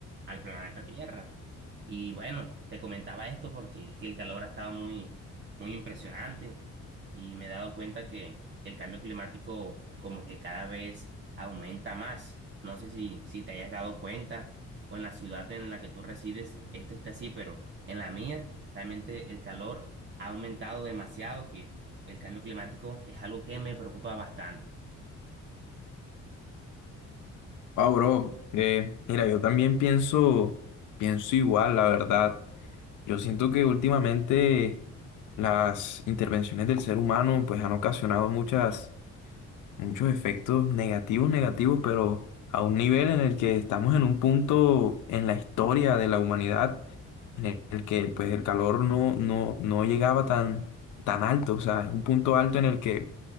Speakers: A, on the right; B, on the left.
A: al planeta Tierra. Y bueno, te comentaba esto porque es que el calor ha estado muy, muy impresionante y me he dado cuenta que, que el cambio climático como que cada vez aumenta más. No sé si, si te hayas dado cuenta o en la ciudad en la que tú resides, esto está así, pero en la mía realmente el calor ha aumentado demasiado, que el cambio climático es algo que me preocupa bastante.
B: Ah, bro, eh, mira, yo también pienso, pienso igual, la verdad. Yo siento que últimamente las intervenciones del ser humano pues han ocasionado muchas, muchos efectos negativos, negativos, pero a un nivel en el que estamos en un punto en la historia de la humanidad en el el que pues el calor no, no, no llegaba tan, tan alto, o sea, es un punto alto en el que